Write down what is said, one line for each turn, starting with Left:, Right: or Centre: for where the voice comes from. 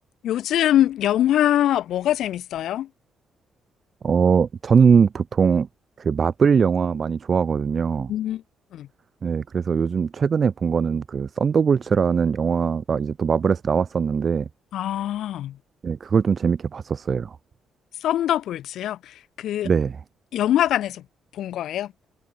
Left: 요즘 영화 뭐가 재밌어요?
Right: 어, 저는 보통 그 마블 영화 많이 좋아하거든요.
Left: 음. 음.
Right: 네, 그래서 요즘 최근에 본 거는 그 썬더볼츠라는 영화가 이제 또 마블에서 나왔었는데,
Left: 아,
Right: 네, 그걸 좀 재밌게 봤었어요.
Left: 썬더볼츠요? 그
Right: 네.
Left: 영화관에서 본 거예요?